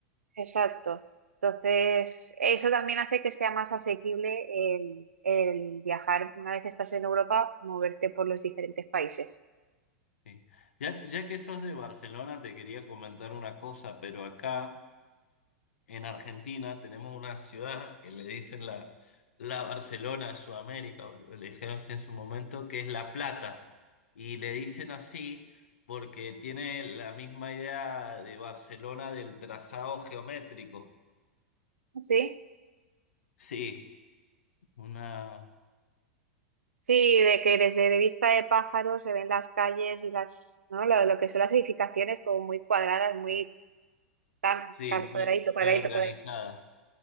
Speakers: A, on the right; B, on the left.
A: Exacto. Entonces, eso también hace que sea más asequible el, el viajar una vez que estás en Europa, moverte por los diferentes países.
B: Sí. Ya, ya que sos de Barcelona, te quería comentar una cosa, pero acá en Argentina tenemos una ciudad que le dicen la, la Barcelona de Sudamérica, o le dijeron así en su momento, que es La Plata. Y le dicen así porque tiene la misma idea de Barcelona del trazado geométrico.
A: Sí,
B: Sí, una,
A: sí, de que desde de vista de pájaro se ven las calles y las, ¿no? Lo, lo que son las edificaciones como muy cuadradas, muy tan
B: sí,
A: cal-
B: muy,
A: cuadradito, cuadradito,
B: muy organizada,
A: cuadradito.